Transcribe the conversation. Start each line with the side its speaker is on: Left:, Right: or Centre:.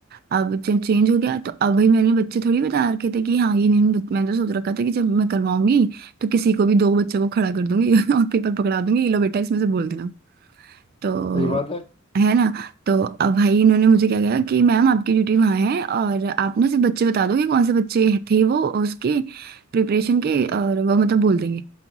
Right: अब जब चेंज हो गया तो अब भाई मैंने बच्चे थोड़ी बता रखे थे कि हाँ ये नहीं बत- मैंने तो सोच रखा था कि जब मैं करवाऊंगी तो किसी को भी दो बच्चों को खड़ा कर दूंगी <laughs> और पेपर पकड़ा दूंगी ये लो बेटा इसमें से बोल देना तो
Left: सही बात है
Right: है ना तो अब भाई इन्होंने मुझे क्या कहा कि मैम आपकी ड्यूटी वहाँ है और आप ना सिर्फ बच्चे बता दो कि कौन से बच्चे थे वो उसके प्रिपरेशन के और वो मतलब बोल देंगे